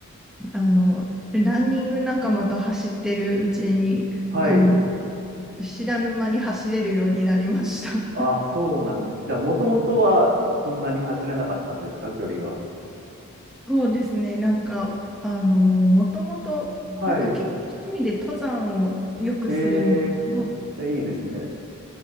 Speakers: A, in the centre; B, on the right.
A: あの、ランニング仲間と走ってるうちに、
B: はい。
A: あの、知らぬ間に走れるようになりました。
B: あ、
A: <laughs>
B: そうなんです。じゃあ、もともとはそんなに走れなかったんですか距離が。
A: そうですね、なんか、あの、もともと、
B: はい。
A: なんか結構趣味で登山をよくするんですけど、
B: ええー、あめっちゃいいですね。